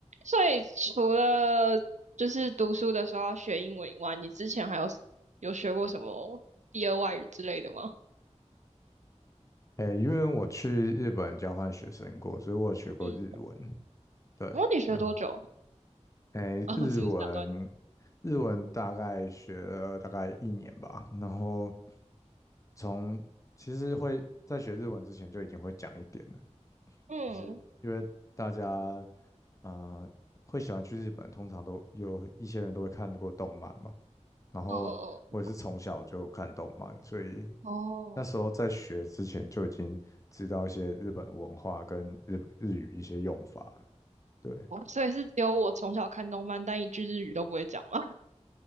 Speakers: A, on the right; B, on the left.
A: 所以除了就是读书的时候要学英文以外，你之前还有有学过什么第二外语之类的吗？
B: 诶，因为我去日本交换学生过，所以我有学过日文。
A: 嗯，
B: 对，
A: 哦，你学多久？
B: 那诶，
A: 啊、
B: 日文，
A: 是不是打断你？
B: 日文大概学了大概一年吧。然后从其实会在学日文之前就已经会讲一点了，
A: 嗯，
B: 就是因为大家
A: 嗯
B: 啊会喜欢去日本，通常都有一些人都会看过动漫嘛。然后我也是从小就看动漫，
A: 哦
B: 所以
A: 哦哦，
B: 那时候在学之前就已经知道一些日本文化跟日本日语一些用法了，对，
A: 哦所以是只有我从小看动漫，但一句日语都不会讲吗？